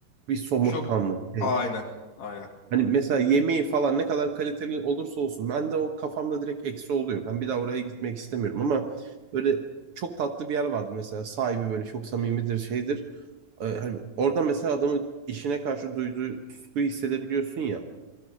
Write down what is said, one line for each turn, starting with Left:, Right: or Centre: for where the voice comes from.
Right: bir somurtkanlık
Left: Çok
Right: şey.
Left: aynen. Aynen.
Right: Hani mesela yemeği falan ne kadar kaliteli olursa olsun ben de o kafamda direkt eksi oluyor. Ben bir daha oraya gitmek istemiyorum ama böyle çok tatlı bir yer vardı mesela sahibi böyle çok samimidir şeydir. Ee, hani orada mesela adamın işine karşı duyduğu tutkuyu hissedebiliyorsun ya.